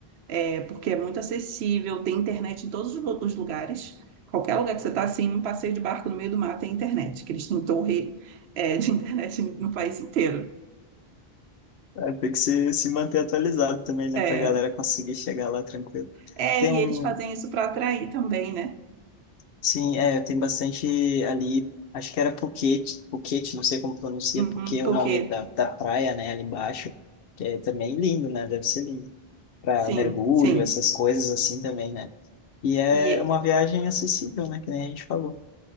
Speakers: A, on the right; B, on the left.
A: é, porque é muito acessível, tem internet em todos os lu- os lugares. Qualquer lugar que você está assim, um passeio de barco no meio do mar tem internet, que eles têm torre, é, de <laughs> internet no país inteiro.
B: é, tem que se, se manter atualizado também, né?
A: É,
B: Pra galera conseguir chegar lá tranquilo.
A: é,
B: Tem
A: e
B: um,
A: eles fazem isso para atrair também, né?
B: sim, é, tem bastante ali, acho que era Phuket, Phuket, não sei como pronuncia,
A: Uhum,
B: porque
A: porque
B: o nome da, da praia, né, ali embaixo, que é também lindo, né? Deve ser lindo. para
A: Sim,
B: mergulho,
A: sim.
B: essas coisas assim também, né? E é
A: E é-
B: uma viagem acessível, né? Que nem a gente falou.